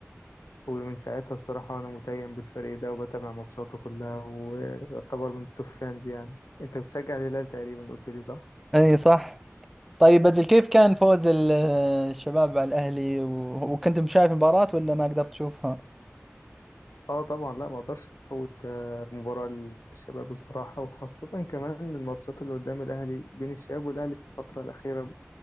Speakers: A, on the left; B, in the centre.
A: ومن ساعتها الصراحة أنا متيم بالفريق ده وبتابع ماتشاته كلها ويعتبر من التوب فانز يعني أنت بتشجع الهلال تقريبا قلت لي صح؟
B: أي صح طيب أجل كيف كان فوز ال- الشباب على الأهلي و- وكنتم شايف المباراة ولا ما قدرت تشوفها؟
A: اه طبعا لا ما اقدرش افوت آه، مباراة للشباب الصراحة وخاصة كمان الماتشات اللي قدام الاهلي بين الشباب والاهلي في الفترة الاخيرة